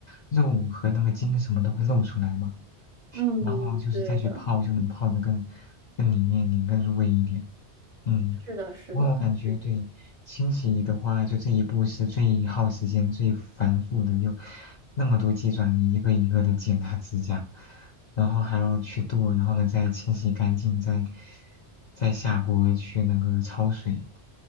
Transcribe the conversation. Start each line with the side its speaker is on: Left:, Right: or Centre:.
Left: 肉和那个筋什么都会露出来嘛。
Right: 嗯，
Left: 然后就是再去泡，
Right: 对的，
Left: 就能泡得更更里面一点，更入味一点。嗯。
Right: 是的，是的，
Left: 不过我感觉对清洗的话，
Right: 是这样
Left: 就这一步是最耗时间、最繁复的，就那么多鸡爪，你一个一个的剪它指甲，然后还要去剁，然后呢再清洗干净，再再下锅去那个焯水。